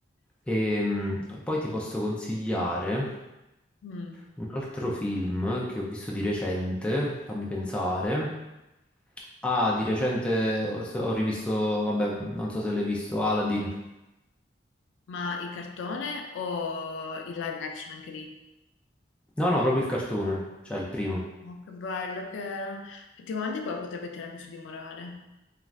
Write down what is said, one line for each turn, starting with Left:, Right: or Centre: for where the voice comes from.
Centre: Ehm, poi ti posso consigliare
Left: Mm.
Centre: un altro film che ho visto di recente, fammi pensare. Ah, di recente ho ho rivisto, vabbè, non so se l'hai visto, Aladdin.
Left: Ma il cartone o il live action anche lì?
Centre: No, no, proprio il cartone, cioè il primo.
Left: Oh, che bello che era. Effettivamente quello potrebbe tirarmi su di morale.